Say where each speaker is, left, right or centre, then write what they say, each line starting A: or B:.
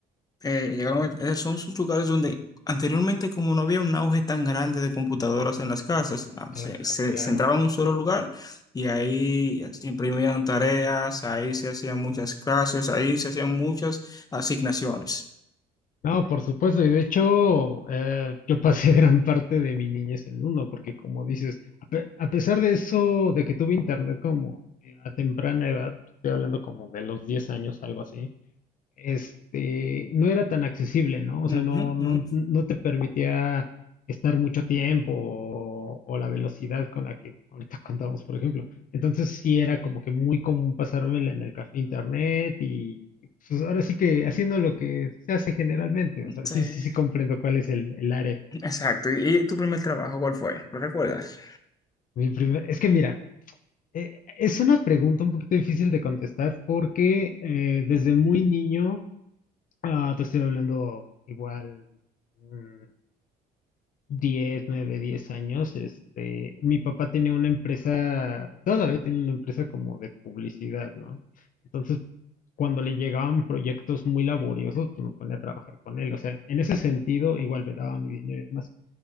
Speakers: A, on the left; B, on the left.
A: eh, llegaron, eh, son sus lugares donde anteriormente, como no había un auge tan grande de computadoras en las casas, ah,
B: Claro,
A: se, se,
B: claro.
A: se entraba en un solo lugar y ahí eh, se imprimían tareas, ahí se hacían muchas clases, ahí se hacían muchas Asignaciones.
B: No, por supuesto, y de hecho, eh, yo pasé <laughs> gran parte de mi niñez en uno, porque como dices, a, pe- a pesar de eso, de que tuve internet como eh, a temprana edad, estoy hablando como de los 10 años, algo así, este, no era tan accesible, ¿no? O
A: Ujú,
B: sea, no, no,
A: ujú.
B: no te permitía estar mucho tiempo o, o la velocidad con la que ahorita <laughs> contamos, por ejemplo. Entonces sí era como que muy común pasármela en el café internet y pues ahora sí que haciendo lo que se hace generalmente. O sea,
A: Sí,
B: sí, sí, sí comprendo cuál es el, el área.
A: exacto. ¿Y tu primer trabajo cuál fue? ¿Lo recuerdas?
B: Mi primer- es que mira, eh, es una pregunta un poquito difícil de contestar porque eh, desde muy niño, ah, te estoy hablando igual. mm, diez 9 10 años, este, mi papá tenía una empresa, todavía tiene una empresa como de publicidad, ¿no? Entonces, cuando le llegaban proyectos muy laboriosos, pues me ponía a trabajar con él. O sea, en ese sentido, igual me daba mi dinero y demás.